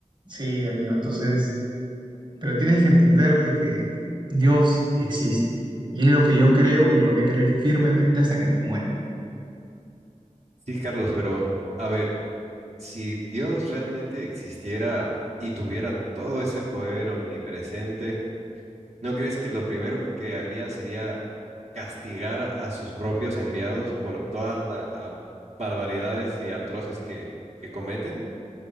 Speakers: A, on the right; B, on the right.
A: Sí, amigo, entonces, pero tienes que entender de que Dios existe. Y es lo que yo creo y lo voy a creer firmemente hasta que me muera.
B: Sí, Carlos, pero a ver, si Dios realmente existiera y tuviera todo ese poder omnipresente, ¿no crees que lo primero que haría sería castigar a sus propios enviados por todas las barbaridades y atroces que, que cometen?